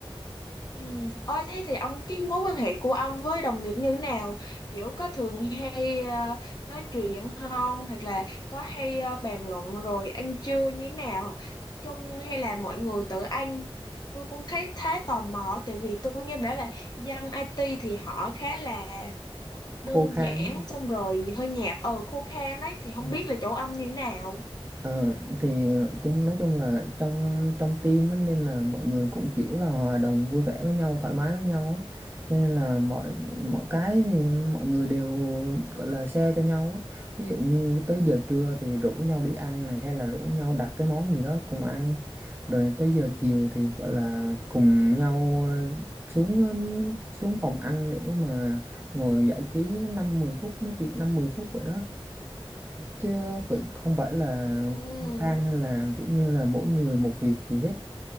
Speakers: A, on the left (about 45°); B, on the right (about 25°).
A: Ừ. Ôi thế thì ông cái mối quan hệ của ông với đồng nghiệp như thế nào? Kiểu có thường hay ờ, nói chuyện không? Hoặc là có hay ờ, bàn luận rồi ăn trưa như thế nào? Chung hay là mọi người tự ăn? Tôi cũng thấy khá tò mò tại vì tôi nghe bảo là dân IT thì họ khá là đơn
B: khô khan
A: giản
B: đúng không
A: xong rồi hơi nhạt ừ khô khan đấy thì không
B: Ừ.
A: biết là chỗ ông như thế nào.
B: Ờ, thì chúng nói chung là trong trong team á, nên là mọi người cũng kiểu là hòa đồng vui vẻ với nhau thoải mái với nhau á cho nên là mọi mọi cái thì mọi người đều gọi là share cho nhau á ví dụ như tới giờ trưa thì rủ nhau đi ăn này hay là rủ nhau đặt cái món gì đó cùng ăn rồi tới giờ chiều thì gọi là cùng nhau ờ, xuống ừm, xuống phòng ăn để mà ngồi giải trí năm mười phút nói chuyện năm mười phút vậy đó chứ cũng không phải là
A: Ừ.
B: khăng khăng hay là kiểu như là mỗi người một việc gì hết